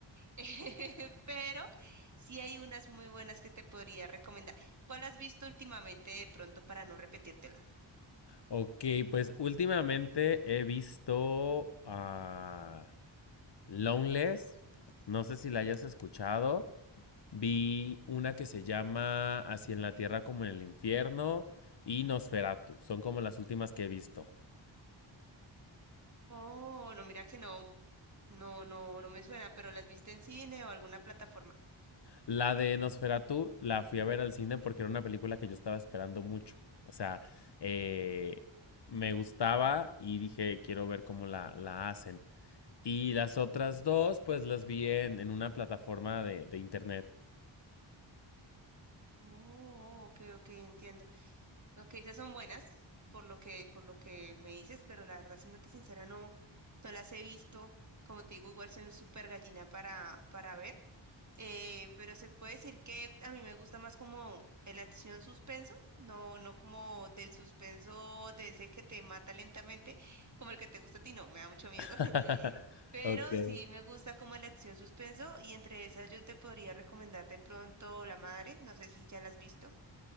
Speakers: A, on the right; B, on the left.
A: <laughs> pero sí hay unas muy buenas que te podría recomendar. ¿Cuál has visto últimamente de pronto para no repetírtela?
B: Ok, pues últimamente he visto a Loveless, no sé si la hayas escuchado, vi una que se llama Así en la Tierra como en el Infierno y Nosferatu, son como las últimas que he visto.
A: Oh, no, mira que no, no, no, no me suena, pero ¿las viste en cine o alguna plataforma?
B: La de Nosferatu la fui a ver al cine porque era una película que yo estaba esperando mucho, o sea, eh, me gustaba y dije, quiero ver cómo la, la hacen. Y las otras dos, pues las vi en, en una plataforma de, de internet.
A: Oh, ok, ok, entiendo. Lo que dices son buenas, por lo que, por lo que me dices, pero la verdad, siéndote sincera, no, no las he visto. Como te digo, igual soy un súper gallina para, para ver. Eh, pero se puede decir que a mí me gusta más como el acción suspenso, no, no como del suspenso de ese que te mata lentamente, como el que te gusta a ti, no, me da mucho miedo.
B: <laughs>
A: <laughs> Pero
B: Ok.
A: sí me gusta como la acción suspenso, y entre esas yo te podría recomendar de pronto La Madre, no sé si ya la has visto.